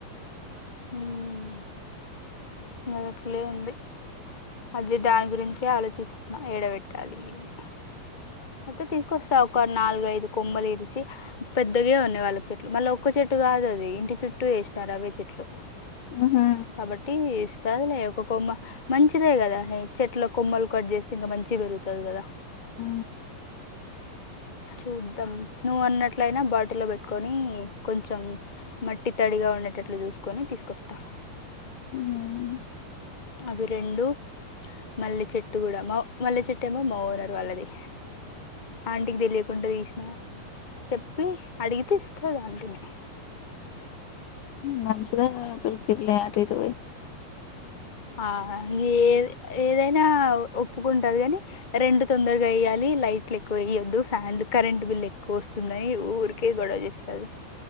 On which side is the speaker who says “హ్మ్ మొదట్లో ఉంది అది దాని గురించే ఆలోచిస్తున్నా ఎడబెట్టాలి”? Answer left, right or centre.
Left